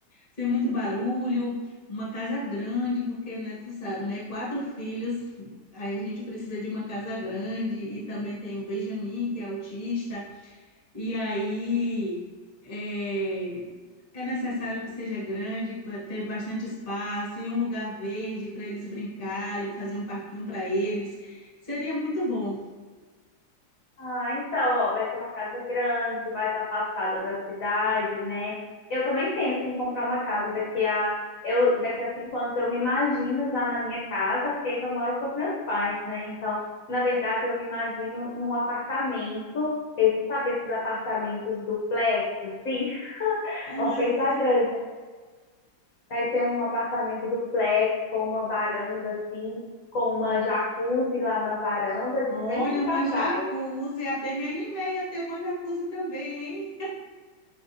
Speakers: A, on the left; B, on the left.
A: sem muito barulho. Uma casa grande, porque, né, tu sabe, né? Quatro filhos, aí a gente precisa de uma casa grande. E também tem o Benjamin, que é autista. E aí é, é necessário que seja grande para ter bastante espaço e um lugar verde para eles brincarem, fazer um parquinho para eles. Seria muito bom.
B: Ah, então, ó, vai ser uma casa grande, mais afastada da cidade, né? Eu também penso em comprar uma casa daqui a eu daqui a cinco anos. Eu me imagino já na minha casa, porque ainda moro com os meus pais, né? Então, na verdade, eu me imagino num apartamento. Esse, sabe, esses apartamentos duplex, assim, <laughs>
A: Ah,
B: vamos pensar grande. Vai ter um apartamento duplex com uma varanda assim, com uma jacuzzi lá na varanda,
A: Olha,
B: de frente
A: uma
B: pra praia.
A: jacuzzi, até me animei a ter uma jacuzzi também, hein?